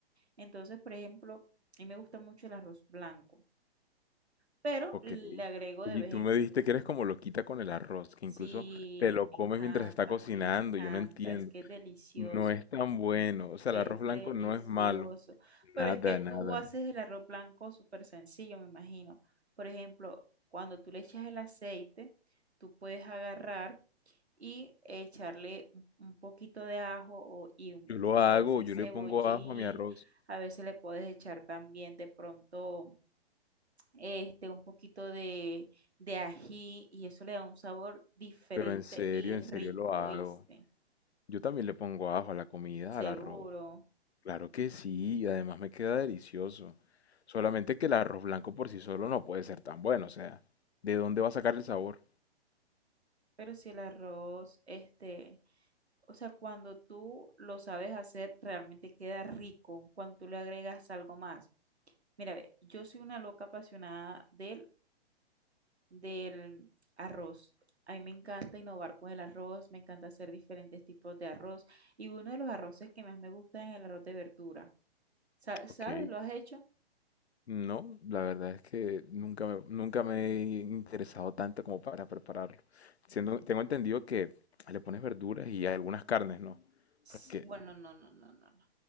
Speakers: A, on the right; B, on the left.
A: Entonces, por ejemplo, a mí me gusta mucho el arroz blanco, pero
B: Ok.
A: le agrego de
B: Oye,
A: vez
B: y tú
A: en
B: me
A: cuando.
B: dijiste que eres como loquita con el arroz, que
A: Sí,
B: incluso te lo
A: me
B: comes
A: encanta,
B: mientras está cocinando,
A: me encanta,
B: yo no entiendo.
A: es que es delicioso.
B: No es tan bueno, o sea,
A: Es
B: el arroz blanco
A: delicioso.
B: no es malo.
A: Pero
B: Nada,
A: es que tú
B: nada.
A: haces el arroz blanco súper sencillo, me imagino. Por ejemplo, cuando tú le echas el aceite, tú puedes agarrar y echarle un un poquito de ajo o- y un-
B: Yo lo
A: a
B: hago,
A: veces
B: yo
A: cebollín,
B: le pongo ajo a mi arroz,
A: a veces le puedes echar también de pronto este, un poquito de, de ají y eso le da un sabor diferente
B: pero en serio,
A: y
B: en
A: rico,
B: serio lo hago.
A: ¿viste?
B: Yo también le pongo ajo a la comida,
A: Seguro.
B: al arroz. Claro que sí, y además me queda delicioso. Solamente que el arroz blanco por sí solo no puede ser tan bueno, o sea, ¿de dónde va a sacar el sabor?
A: Pero si el arroz, este... O sea, cuando tú lo sabes hacer, realmente queda rico cuando tú le agregas algo más. Mira, ve, yo soy una loca apasionada del, del arroz. A mí me encanta innovar con el arroz, me encanta hacer diferentes tipos de arroz. Y uno de los arroces que más me gusta es el arroz de verdura. Sa- ¿Sabes?
B: Ok,
A: ¿Lo has hecho?
B: No, la verdad es que nunca me, nunca me he interesado tanto como para prepararlo. Siendo- tengo entendido que le pones verduras y algunas carnes, ¿no?
A: Sí,
B: Porque
A: Bueno, no, no, no, no, no.